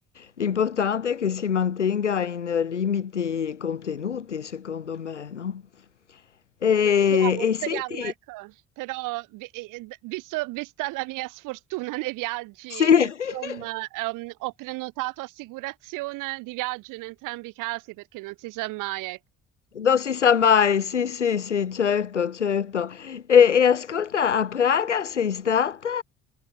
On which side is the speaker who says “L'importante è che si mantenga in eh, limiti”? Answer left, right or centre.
Left